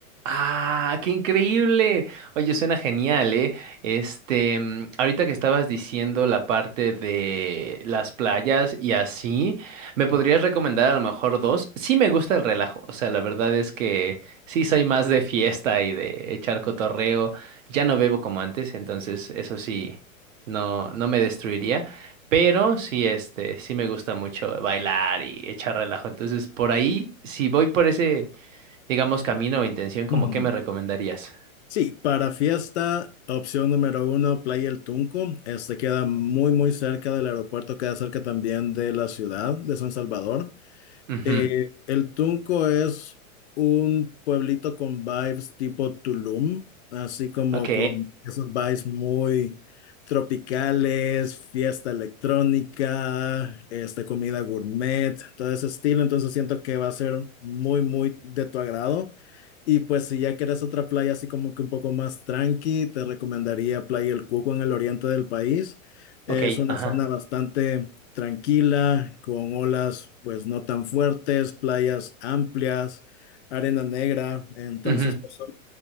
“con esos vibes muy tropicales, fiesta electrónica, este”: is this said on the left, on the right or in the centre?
Left